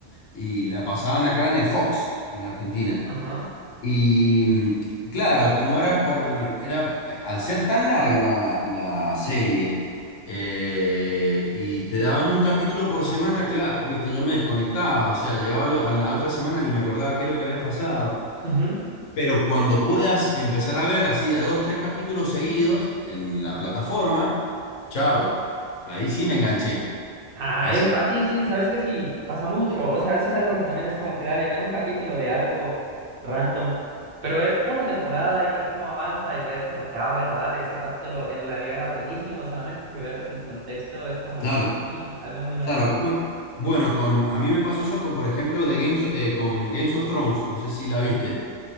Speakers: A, on the left; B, on the right.
A: y la pasaban acá en el Fox, en Argentina.
B: Ajá.
A: Y mm, claro, como era por, era, eh, al ser tan larga la, la serie eh, y te daban un capítulo por semana, claro, viste, yo me desconectaba, o sea, llegaba lo- a la otra semana ni me acordaba qué es lo que había pasado.
B: Ujú.
A: Pero cuando puedas empezar a ver así de a dos, tres capítulos seguidos en la plataforma, chao, ahí sí me enganché.
B: Ah,
A: Ahí
B: epa,
A: sí.
B: sí, sí, sabes que sí, pasa mucho. O sea, eso es algo que también es como que dale, ver un capítulo de algo random, pero ver una temporada y ver cómo avanza y ver como que, ah, bueno, dale, ese capítulo en realidad era buenísimo, solamente que verlo sin contexto es como
A: Claro,
B: mm, algo muy normal.
A: claro. Bueno, bueno, con, a mí me pasó eso con, por ejemplo, de Games, eh, con Games of Thrones, no sé si la viste.
B: Ujú.